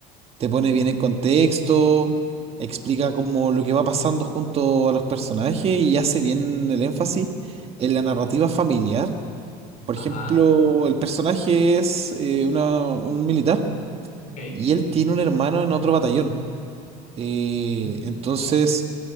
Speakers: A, on the right; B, on the left.
A: te
B: ujú.
A: pone bien en contexto, explica como lo que va pasando junto a los personajes y hace bien el énfasis en la narrativa familiar. Por
B: Ajá,
A: ejemplo, el personaje es eh, una- un militar
B: Ok.
A: y él tiene un hermano en otro batallón. Eh,
B: Mm.
A: entonces...